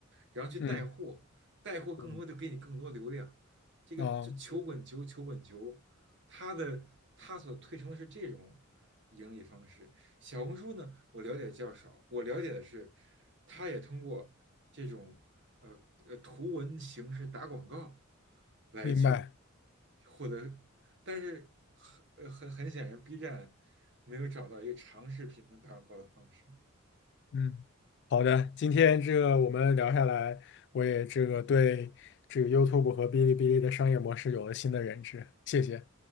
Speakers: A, on the right; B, on the left.
A: 然后去带货，
B: 嗯
A: 带货更多就给你更多流量。
B: 嗯，
A: 这个就球滚球，
B: 啊，
A: 球滚球，它的它所推崇的是这种盈利方式。小红书呢，我了解较少，我了解的是，它也通过这种呃呃图文形式打广告来去
B: 明白。
A: 获得，但是很呃很很显然，B 站没有找到一个长视频能打广告的方式。
B: 嗯，好的，今天这个我们聊下来，我也这个对这个 YouTube 和哔哩哔哩的商业模式有了新的认知，谢谢。